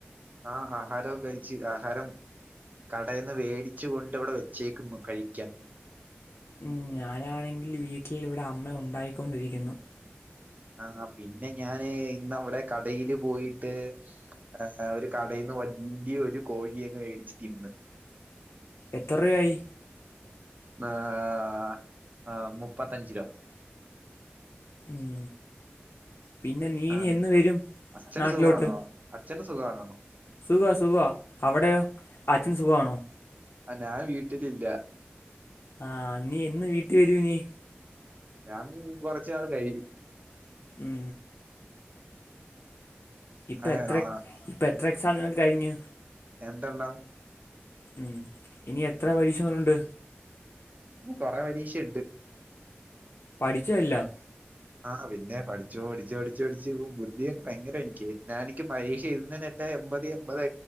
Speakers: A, on the right (about 40°); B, on the left (about 85°).
A: ആഹ് ആഹാരരോക്കെ കഴിച്ച്. ആഹാരം കടേന്ന് വേടിച്ചു കൊണ്ട് വടെ വെച്ചേക്കുന്നു കഴിക്കാൻ
B: മ് ഞാനാണെങ്കിൽ വീട്ടിൽ ഇവിടെ അമ്മ ഉണ്ടായിക്കൊണ്ടിരിക്കുന്നു
A: ആഹ് പിന്നെ ഞാന് ഇന്നവടെ കടയില് പോയിട്ട് ആഹ് ഒര് കടേന്ന് വല്ല്യോര് കോഴിയങ്ങ് വേടിച്ച് തിന്ന്
B: എത്ര രൂവായി
A: ആഹ് ആ ഹ് മുപ്പത്തഞ്ചിലോ
B: മ് പിന്നെ നീയിനി
A: ആ
B: എന്ന് വെരും
A: അച്ഛന്
B: നാട്ടിലോട്ട്
A: സുഖമാണോ അച്ഛന് സുഖാണോ
B: സുഖ സുഖവാ അവടെയോ അച്ഛന് സുഖാണോ
A: ആഹ് ഞാൻ വീട്ട്ലില്ല.
B: ആഹ് നീ എന്ന് വീട്ടീ വരൂ ഞ്ഞി
A: ഞാൻ കൊറച്ച് നാള് കഴിയും.
B: മ് ഇപ്പ
A: ആ
B: എത്രക്
A: ആ
B: ഇപ്പ എത്ര എക്സാമ്കൾ കഴിഞ്ഞു
A: എന്തെണ്ണം
B: മ് ഇനി എത്ര പരീഷകളുണ്ട്
A: ഇനി കൊറെ പരീക്ഷണ്ട്
B: പഠിച്ചോ എല്ലാം
A: ആഹ പിന്നെ പഠിച്ച് പഠിച്ച് പഠിച്ച് പഠിച്ച് ബുദ്ധിയൊക്കെ ഭയങ്കര എനിക്ക് ഞാ എനിക്ക് പരീക്ഷഎഴ്ത് തന്നെ എമ്പതീ എമ്പതാ